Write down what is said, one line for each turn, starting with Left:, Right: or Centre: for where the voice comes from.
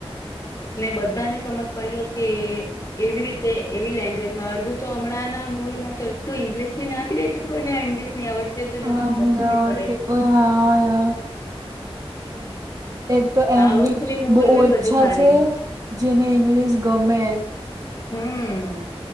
Left: ને બધા સમજ પડી કે એવી રીતે એવી લેંગ્વેજમાં અડધું તો હમણાં મુવીમાં તો એટલું ઇંગ્લિશ બી નાખી દે કોઈ ને આ ઈંગ્લિશ નય આવડતી હોય તો એને
Right: હા
Left: તો સમજવી
Right: ની
Left: નહી
Right: આવડતું
Left: પડે.
Right: ઓય હા ઓય. એક તો
Left: સાઉથની
Right: એમ બી
Left: મુવી
Right: બોવ
Left: બી
Right: ઓચ્છા
Left: બધી સારી
Right: છે. જેને ઇંગ્લિશ ગમે
Left: હમ